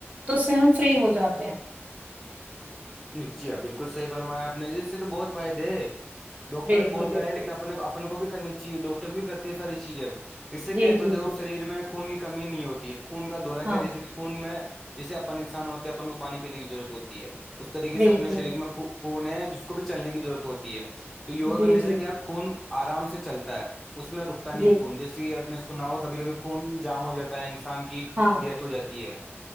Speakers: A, on the right; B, in the centre.
A: تو س ہم فری ہو جاتے ہیں
B: نیچی ہاں بالکل صحیح فرمایا آپ نے ج اس سے تو بہت فائدے ہے ڈاکٹر
A: بالکل
B: بولتا
A: بالکل
B: ہے لیکن آپ اپن کو بھی کرنی چاہیے ڈاکٹر بھی کرتے ہے ساری چیزیں اس سے
A: جی
B: کیا ہے
A: جی
B: تو دیکو
A: جی جی
B: شریر میں خون کی کمی نہیں ہوتی ہے خون کا دورہ
A: ہاں
B: کیا جیس کہ خون میں جسے اپ انسان ہوتے ہیں اپن کو پانی پینے کی ضرورت ہوتی ہے اس طریقے
A: بالکل
B: سے اپنے شریر
A: بالکل
B: میں خون ہے جس کو بھی چلنے کی ضرورت ہوتی ہے تو وگا
A: جی
B: کرنے سے
A: جی
B: کیا خون آرام سے چلتا ہے اس میں رکتا نہیں
A: جی
B: خون جیسے کہ اپنے سو سنا ہو کبھی کبھی خون جام ہو جاتا ہے انسان کی
A: ہاں
B: ڈیتھ ہو جاتی ہے